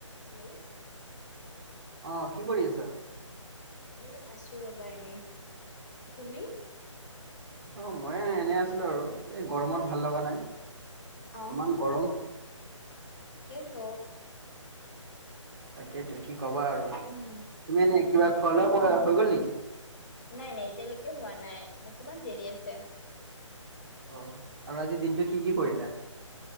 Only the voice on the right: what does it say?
অ কি কৰি আছা?
অ মইে এনে আছিলো আৰু এই গৰমত। ভাল লগা নাই
ইমান গৰম।
তাকেইেতো কি কবা আৰু তুমি
এনে কিবা খোৱালেও কৰা। হৈ গ'ল নেকি?
অ আৰু আজি দিনটো কি কি কৰিলা?